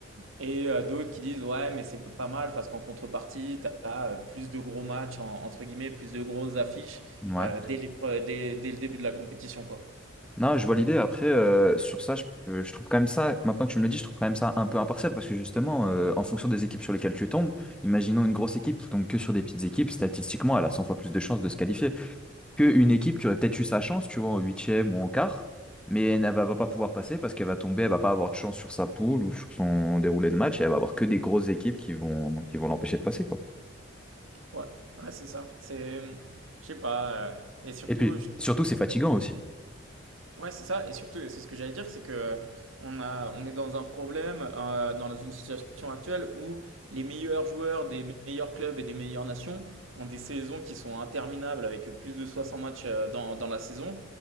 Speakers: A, on the right; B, in the centre.
A: Et euh, d'autres qui disent ouais, mais c'est pas mal parce qu'en contrepartie, tu as plus de gros matchs, en- entre guillemets, plus de grosses affiches
B: Ouais.
A: euh, dès les pre- dès, dès le début de la compétition, quoi.
B: Non, je vois l'idée. Après, euh, sur ça, je, peux- je trouve quand même ça, maintenant que tu me le dis, je trouve quand même ça un peu impartial parce que justement, euh, en fonction des équipes sur lesquelles tu tombes, imaginons une grosse équipe qui tombe que sur des petites équipes, statistiquement, elle a 100 fois plus de chances de se qualifier. qu'une équipe qui aurait peut-être eu sa chance, tu vois, en huitième ou en quart, mais elle ne va, va pas pouvoir passer parce qu'elle va tomber, elle va pas avoir de chance sur sa poule ou sur son déroulé de match, et elle va avoir que des grosses équipes qui vont, qui vont l'empêcher de passer, quoi.
A: Ouais, ouais, c'est ça. C'est, je sais pas. euh, et surtout,
B: Et puis,
A: je
B: surtout, c'est fatigant aussi.
A: Ouais, c'est ça. Et surtout, c'est ce que j'allais dire, c'est que on a, on est dans un problème, euh, dans une situation actuelle où les meilleurs joueurs des meilleurs clubs et des meilleures nations ont des saisons qui sont interminables avec plus de 60 matchs euh, dans, dans la saison.